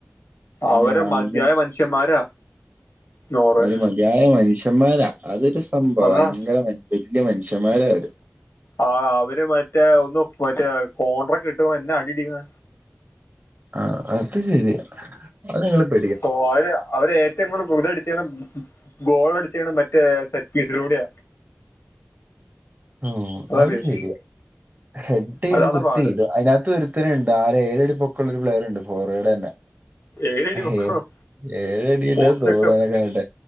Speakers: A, on the right; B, on the left.
A: അയിന്
B: അവരെ
A: ആളിന്റെ
B: മതിയായി മനുഷ്യന്മാരാ നോർവേ
A: ഒരു മതിയായ മനുഷ്യന്മാരാ അതൊരു സംഭവ
B: അതാ
A: ഭയങ്കര വലൃ മനുഷ്യന്മാരാ അവര്
B: ആ അവര് മറ്റേ ഒന്ന് മറ്റേ കോണ്ട്രകിട്ടവെന്നാ അടിക്കുന്ന്
A: ആഹ് അത് ശെരിയാ അത്ങ്ങളിപ്പ
B: കോരാ അവര് ഏ ഇങ്ങൾ ഗോതെടുത്തേണം ഗോളടുത്തേണം മറ്റേ സറ്റ്പീസിലൂടെയ
A: ഉം
B: അതറിയോ
A: അത് ശെരിയാ ഹെഡെയ്ത്
B: അതാണ്
A: കുത്തെയ്തു
B: പാട്
A: അയിനാത്ത് ഒരുത്തനുണ്ടാ ഏഴടി പൊക്കൊള്ള ഒരു പ്ലെയറുണ്ട് ഫോറേഡ തന്നെ
B: ഏഴടി
A: ഹേ
B: വെക്കണം
A: ഏഴടിട
B: പോസ്റ്റ്
A: തോടാകാണ്ടെ
B: ഒക്കെ